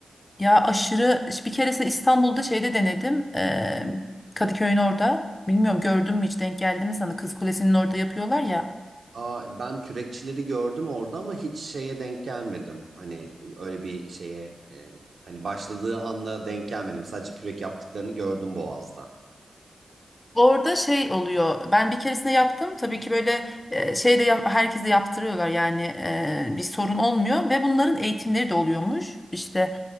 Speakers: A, on the left; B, on the right.
A: Ya aşırı bir keresinde İstanbul'da şeyde denedim. eee, Kadıköy'ün orada. Bilmiyorum gördün mü hiç denk geldi mi sana? Kız Kulesi'nin orada yapıyorlar ya.
B: Aa, ben kürekçileri gördüm orada ama hiç şeye denk gelmedim. Hani öyle bir şeye e, hani başladığı anla denk gelmedim. Sadece kürek yaptıklarını gördüm Boğaz'da.
A: Orada şey oluyor. Ben bir keresinde yaptım. Tabii ki böyle eee, şey de yap- herkese yaptırıyorlar yani eee, bir sorun olmuyor ve bunların eğitimleri de oluyormuş. İşte